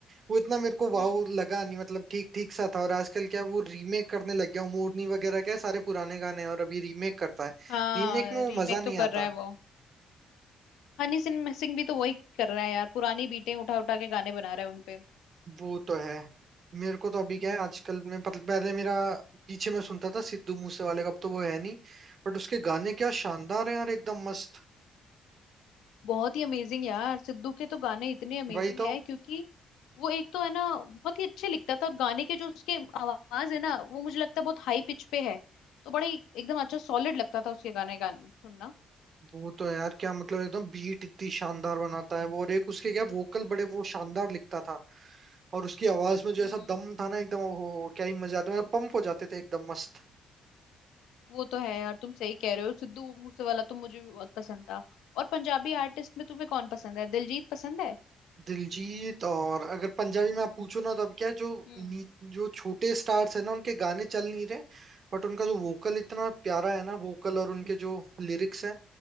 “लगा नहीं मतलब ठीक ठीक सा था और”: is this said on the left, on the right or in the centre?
Right